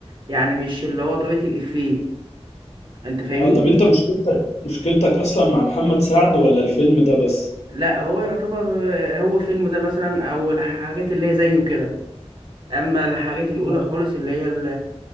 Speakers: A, on the right (about 45°); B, on the left (about 75°).
A: يعني مش اللي هو طريقة الافيه انت فاهمني
B: اه طب انت مشكلتك مشكلتك اصلا مع محمد سعد ولا الفيلم ده بس
A: لا هو يعتبر آه، هو فيلم ده مثلا او الحاجات اللي هي زيه كده اما الحاجات الاولى
B: آه.
A: خالص اللي هي ال-